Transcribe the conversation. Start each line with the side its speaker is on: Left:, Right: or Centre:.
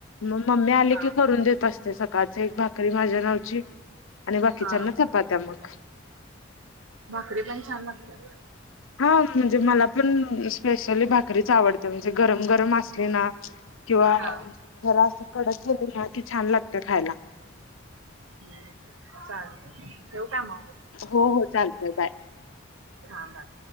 Left: मग मम्मी आली
Right: हा
Left: की करून देत असते सकाळच एक भाकरी री माझ्या नावची आणि बाकीचाना
Right: हा
Left: पात्या मग
Right: भाकरी पण छान लागते
Left: हा म्हणजे मला पण स्पेशली भाकरीच आवडते म्हणजे गरम गरम असली ना किंवा
Right: हा
Left: जरा असं कडक केले ना कि छान लागते खायला
Right: हम्म चाल ठऊ काम
Left: हो हो चालतय बाय
Right: हा बाय